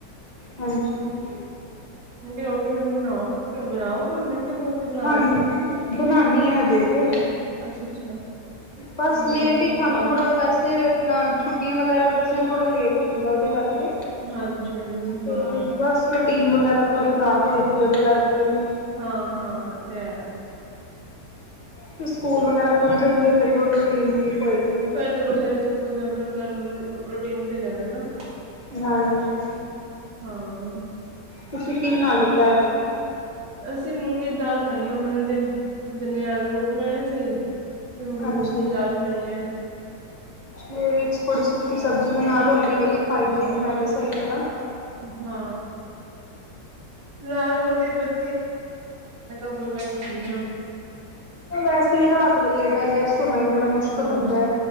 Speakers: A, on the left; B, on the right.
A: ਹਾਂਜੀ
B: ਰੋਟੀ ਹੁਣ ਬਣਾਓਗੇ ਫੇਰ ਬਣਾਓਗੇ ਹੁਣੇ। ਕਿ ਬਣਾ ਕੇ ਬਣਾ
A: ਹਾਂ
B: ਲਈ ਏ?
A: ਬਣਾਉਣੀ ਏ ਹਜੇ ਤੇ।
B: ਅੱਛਾ-ਅੱਛਾ ਹੂੰ
A: ਬਸ ਲੇਟ ਹੀ ਖਾਣ
B: ਬਸ
A: ਥੋੜ੍ਹਾ ਵੈਸ ਤੇ ਛੁੱਟੀਆਂ ਵਗੈਰਾ ਬੱਚਿਆਂ ਨੂੰ ਥੋੜ੍ਹਾ ਲੇਟ ਹੋ ਜਾਈਦਾ ਉਹਦੇ ਕਰਕੇ।
B: ਹਾਂਜੀ-ਹਾਂਜੀ
A: ਤੇ
B: ਹਾਂ।
A: ਬਸ ਰੂਟੀਨ ਵਗੈਰਾ ਥੋੜੀ ਖ਼ਰਾਬ ਹੋਈਦੀ ਹੈ ਉਹਦੇ ਕਰਕੇ ਵੀ।
B: ਹਾਂ-ਹਾਂ ਏ ਤੇ ਹੈ।
A: ਫੇਰ ਸਕੂਲ ਵਗੈਰਾ ਖੁੱਲ ਜਾਣਗੇ ਫੇਰ ਥੋੜੀ ਰੂਟੀਨ ਠੀਕ ਹੋਏਗੀ।
B: ਫਿਰ ਬੱਚਿਆਂ <unintelligible> ਰੋਟੀਨ ਜਾਣਾ ਹਨਾ।
A: ਹਾਂਜੀ,
B: ਹਾਂ
A: ਤੁਸੀਂ ਕੀ ਬਣਾ ਲਿੱਤਾ ਅੱਜ।
B: ਅਸੀਂ ਮੂੰਗੀ ਦੀ ਦਾਲ ਬਣਾਈ ਆ ਹੁਣ ਤੇ ਦਿਨੇ ਆਲੂ ਬਣਾਏ ਸੀ। ਤੇ ਹੁਣ
A: ਅੱਛਾ
B: ਮੂੰਗੀ
A: ਜੀ।
B: ਦੀ ਦਾਲ ਬਣਾਈ ਏ
A: ਦੇ ਵਿੱਚ ਥੋੜੀ ਸੁੱਕੀ ਸਬਜ਼ੀ ਬਣਾ ਲਓ ਗਈ ਵਾਲੀ ਖਾਈ
B: ਹਾਂ।
A: ਜਾਏਗੀ ਨਾਲੇ ਸਹੀ ਤਰ੍ਹਾਂ।
B: ਹਾਂ <unintelligible> ਹਲਕਾ ਫੁਲਕਾ ਹੀ ਖਾਨੇ ਆ।
A: ਵੈਸੇ ਵੀ ਰਾਤ ਵੇਲੇ ਡਾਈਜੈਸਟ ਕਰਨਾ ਵੀ ਬੜਾ ਮੁਸ਼ਕਿਲ
B: ਹਾਂ
A: ਹੁੰਦਾ